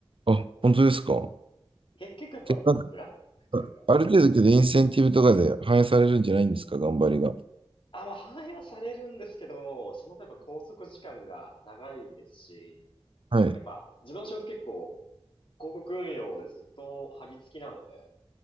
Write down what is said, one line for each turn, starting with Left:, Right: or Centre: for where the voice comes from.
Right: あ、本当ですか。
Left: 結結構やっぱブラックというか、
Right: で、なんかある程度けどインセンティブとかで反映されるんじゃないんですか、頑張りが。は
Left: あ、まあ反映はされるんですけど、その分やっぱ拘束時間が長いですし、
Right: い。
Left: やっぱ自分の仕事結構広告運用でずっと張り付きなので、